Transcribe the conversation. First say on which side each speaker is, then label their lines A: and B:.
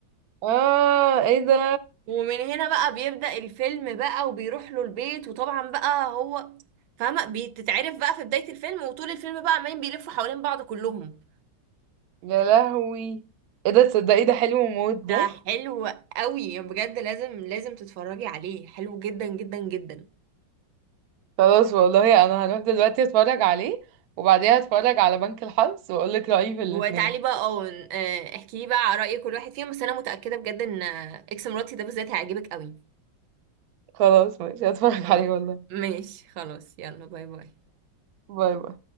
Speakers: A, on the right (about 65°); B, on the right (about 90°).
A: اه ايه ده
B: ومن هنا بقى بيبدأ الفيلم بقى وبيروح له البيت وطبعا بقى هو فاهمة بتتعرف بقى في بداية الفيلم وطول الفيلم بقى عمالين بيلفوا حوالين بعض كلهم
A: يا لهوي ايه ده تصدقي ده حلو موت ده
B: ده حلو قوي بجد لازم لازم تتفرجي عليه حلو جدا جدا جدا
A: خلاص والله انا هروح دلوقتي اتفرج عليه وبعديها اتفرج على بنك الحظ واقول لك رأيي في الاتنين
B: وتعالي بقى اه ن- آه، احكي لي بقى على رأي كل واحد فيهم بس انا متأكدة بجد ان آه، اكس مراتي ده بالذات هيعجبك قوي
A: خلاص ماشي هتفرج
B: خلاص
A: عليه والله
B: ماشي خلاص يلا باي باي
A: باي باي